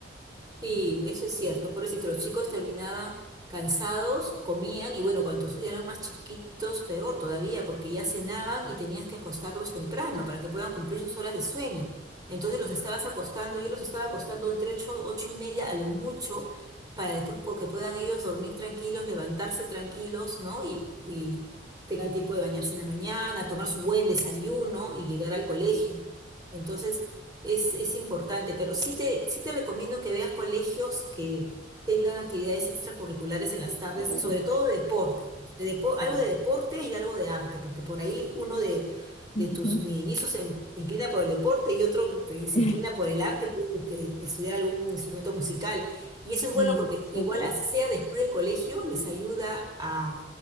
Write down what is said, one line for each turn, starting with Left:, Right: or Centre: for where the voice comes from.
Right: Sí, eso es cierto. Pobrecito, los chicos terminaban cansados, comían y bueno, cuantos eran más chiquitos, peor todavía, porque ya cenaban y tenías que acostarlos temprano para que puedan cumplir sus horas de sueño. Entonces los estabas acostando, yo los estaba acostando entre ocho, ocho y media a lo mucho, para después po- que puedan ellos dormir tranquilos, levantarse tranquilos, ¿no? Y, y tengan tiempo de bañarse en la mañana, tomar su buen desayuno y llegar al colegio. Entonces es, es importante, pero sí te, sí te recomiendo que veas colegios que tengan actividades extracurriculares en las tardes,
Left: Claro.
Right: sobre todo deporte, de depo- algo
Left: Sí.
Right: de deporte y algo de arte, porque por ahí uno de, de
Left: Ujú.
Right: tus mellizos se, se inclina por el deporte y otro te- se
Left: <laughs>
Right: inclina por el arte y puede eh, estudiar algún instrumento musical. Y eso
Left: Sí,
Right: es bueno porque
Left: súper.
Right: igual así sea después del colegio les ayuda a,